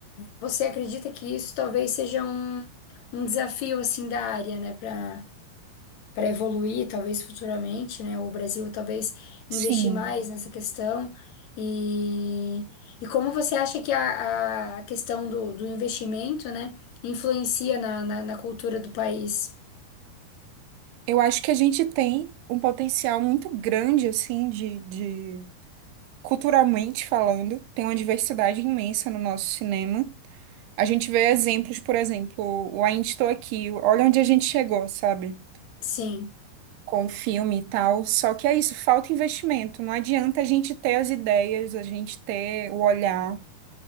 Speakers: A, on the left; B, on the right.
A: você acredita que isso talvez seja um, um desafio assim da área, né? Para para evoluir, talvez futuramente, né? O Brasil talvez investir
B: sim,
A: mais nessa questão. E, e como você acha que a, a a questão do, do investimento, né, influencia na, na, na cultura do país?
B: eu acho que a gente tem um potencial muito grande, assim, de, de culturalmente falando, tem uma diversidade imensa no nosso cinema. A gente vê exemplos, por exemplo, o Ainda Estou Aqui, olha onde a gente chegou, sabe?
A: Sim,
B: Com o filme e tal. Só que é isso, falta investimento. Não adianta a gente ter as ideias, a gente ter o olhar